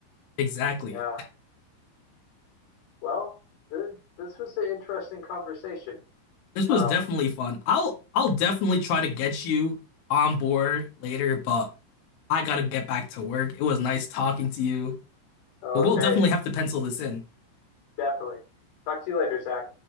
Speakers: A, on the left; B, on the left.
A: Exactly.
B: Yeah. Well, th this was an interesting conversation.
A: This was
B: Um,
A: definitely fun. I'll I'll definitely try to get you on board later, but I gotta get back to work. It was nice talking to you,
B: okay,
A: but we'll definitely have to pencil this in.
B: definitely. Talk to you later, Zach.